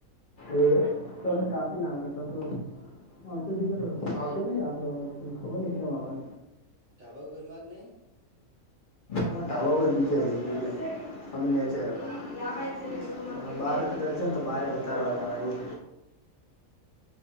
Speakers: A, on the left (about 45°); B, on the right (about 80°).
A: એ તો કાપી નાખાતા તો તોીક.
B: હે
A: નહી આટલો ખબર નહ કેમ આવે.
B: ટાબા ગર માગ નં.
A: ના ાબા પરર બીજા ર છેું એટલે અમે નેચર. અને બાર કદચ જ તો બારે વધારવા જ આવે એવ.